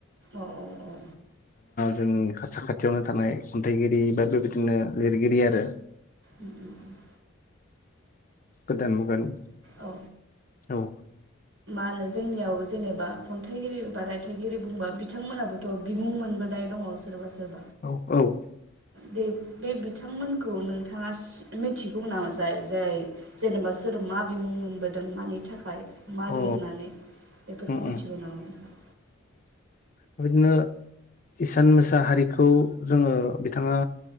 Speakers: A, on the right; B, on the left.
A: अ औ औ।
B: जोंनि खा साखथियावनो थानाय खन्थाइगिरि बा बेबायदिनो लिरगिरि आरो।
A: ओ ओ ओम।
B: गोदान मुगानि
A: औ
B: औ।
A: मा होनो जोंनियाव जेनेबा खन्थाइगिरि बा रायथाइगिरि बुंबा बिथांमोनाबोथ' बिमुं मोनबोनाय दङ। अ सोरबा सोर
B: औ औ।
A: दे बे बिथांमोनखौ नोंथाङा सि मिथिगौ नामा जाय जाय जेनेबा सोर मा बिमुं मोनबोदों मानि थाखाय। मा
B: अ
A: लिननानै एफोरखौ
B: उम उम
A: मिथिगौ नामा?
B: अ बिदिनो इसान मोसाहारिखौ जोङो बिथाङा